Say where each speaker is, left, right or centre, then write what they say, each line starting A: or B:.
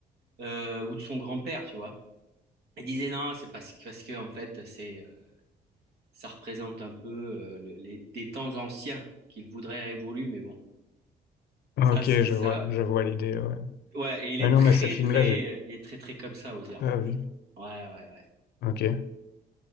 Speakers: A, on the right; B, on the left.
A: euh, ou de son grand-père, tu vois. Il disait non, c'est parce que, parce que en fait, c'est ça représente un peu euh, le- les, des temps anciens qu'il voudrait révolus, mais bon,
B: Ah,
A: ça
B: Ok,
A: c'est
B: je
A: ça.
B: vois, je vois l'idée, ouais.
A: Ouais, et il
B: Ah
A: est
B: non,
A: très
B: mais ce film-là,
A: très
B: j'ai
A: et très très comme ça, Ozira.
B: pas vu.
A: Ouais, ouais, ouais.
B: Ok.